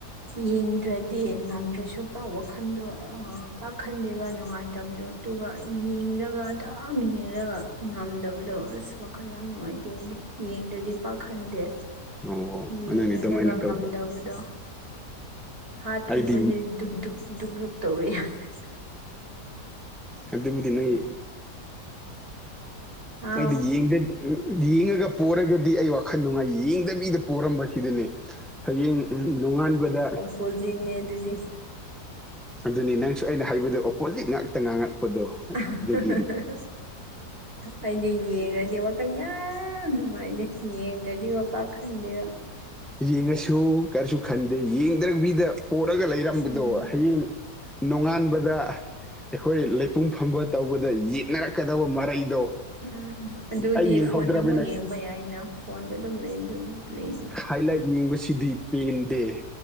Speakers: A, on the right; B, in the centre.
A: ꯌꯦꯡꯗ꯭ꯔꯗꯤ ꯉꯝꯗ꯭ꯔꯁꯨ ꯄꯥꯛ ꯋꯥꯈꯟꯗꯣ ꯄꯥꯛꯈꯟꯗꯦꯕ ꯅꯨꯡꯉꯥꯏꯇꯕꯗꯣ ꯑꯗꯨꯒ ꯌꯦꯡꯂꯒ ꯗꯨꯝ ꯌꯦꯡꯔꯒ ꯉꯝꯗꯕꯗꯣ ꯑꯁ ꯋꯈꯜ ꯌꯥꯝ ꯅꯨꯡꯉꯥꯏꯇꯦ ꯑꯩꯗꯤ ꯌꯦꯡꯗ꯭ꯔꯗꯤ ꯄꯥꯛꯈꯟꯗꯦ
B: ꯑꯣ
A: ꯌꯦꯡꯂꯒ
B: ꯑꯗꯨꯅꯤ ꯑꯗꯨꯃꯥꯏꯅ ꯇꯧꯕ
A: ꯉꯝꯗꯕꯗꯣ ꯍꯥ꯭ꯔꯠꯀꯨꯝꯕꯁꯦ
B: ꯑꯩꯗꯤ
A: ꯗꯨꯛ ꯗꯨꯛ ꯇꯧꯋꯦ ꯌꯥꯗꯦ
B: ꯑꯗꯨꯕꯨꯗꯤ ꯅꯣꯢ
A: ꯑꯥꯎ
B: ꯑꯩꯗꯤ ꯌꯦꯡꯗꯦ ꯎꯝ ꯌꯦꯡꯉꯒ ꯄꯣꯔꯒꯗꯤ ꯑꯩ ꯋꯥꯈꯜ ꯅꯨꯡꯉꯥꯏ ꯌꯦꯡꯗꯕꯤꯗ ꯄꯣꯔꯝꯕꯁꯤꯗꯅꯤ ꯍꯌꯦꯡ ꯅꯣꯡꯉꯥꯟꯕꯗ
A: ꯄꯣꯖꯤꯅꯦ ꯑꯗꯨꯗꯤ
B: ꯑꯗꯨꯅꯤ ꯅꯪꯁꯨ ꯑꯩꯅ ꯍꯥꯏꯕꯗꯨ ꯑꯣꯄꯣꯖꯤꯠ ꯉꯥꯛꯇ ꯉꯥꯡꯉꯛꯄꯗꯣ
A: <unintelligible>
B: ꯑꯗꯨꯒꯤ
A: ꯑꯩꯗꯤ ꯌꯦꯡꯉꯗꯤ ꯀꯩ ꯌꯥꯝ ꯅꯨꯡꯉꯥꯏꯗꯦ ꯌꯦꯡꯗ꯭ꯔꯗꯤ ꯄꯥꯛ ꯈꯟꯗꯦꯕ
B: ꯌꯦꯡꯉꯁꯨ ꯀꯔꯤꯁꯨ ꯈꯟꯗꯦ ꯌꯦꯡꯗ꯭ꯔꯕꯤꯗ ꯄꯨꯔꯥꯒ ꯂꯩꯔꯝꯕꯗꯣ
A: ꯎꯝ
B: ꯍꯌꯦꯡ ꯅꯣꯡꯉꯥꯟꯕꯗ ꯑꯩꯈꯣꯏ ꯂꯩꯄꯨꯡ ꯐꯝꯕ ꯇꯧꯕꯗ ꯌꯦꯠꯅꯔꯛꯀꯗꯕ ꯃꯔꯩꯗꯣ
A: ꯎꯝ ꯑꯗꯨꯗꯤ
B: ꯑꯩ ꯌꯦꯡꯍꯧꯗ꯭ꯔꯕꯅꯤꯅ
A: ꯐꯣꯟꯗ ꯑꯃꯨꯛ ꯌꯦꯡꯕ ꯌꯥꯏꯅ ꯐꯣꯟꯗ ꯑꯗꯨꯝ ꯂꯩꯕꯗꯨꯕꯨ ꯂꯩꯒꯦ
B: ꯍꯥꯏꯂꯥꯏꯠ ꯌꯦꯡꯕꯁꯤꯗꯤ ꯄꯦꯟꯗꯦ